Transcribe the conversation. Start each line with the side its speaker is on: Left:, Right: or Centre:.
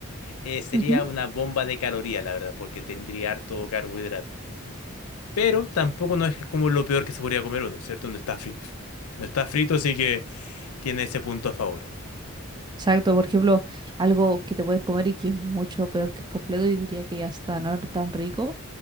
Left: eh, sería
Right: Ujú.
Left: una bomba de calorías, la verdad, porque tendría harto carbohidrato. Pero tampoco no es como lo peor que se podría comer uno, ¿cierto? No está frito. No está frito, así que tiene ese punto a favor.
Right: Exacto, por ejemplo, algo que te puedes comer y que es mucho peor que el completo y diría que ya está no es tan rico